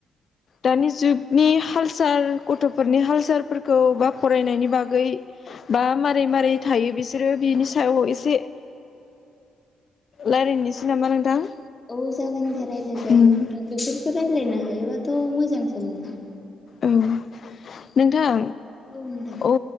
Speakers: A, on the left; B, on the left.
A: दानि जुगनि हाल साल गथ'फोरनि हाल-सालफोरखौ बा फरायनायनि बागै बा मारै मारै थायो बिसोरो बिनि सायाव एसे लायरायनोसै नामा नोंथां?
B: औ जागोन दे रायलाय जायो
A: उम
B: नोंथां बेफोरखौ रायलायनो हायोबाथ' मोजांसो नोंथां।
A: औ नोंथां
B: औ नोंथां
A: ओ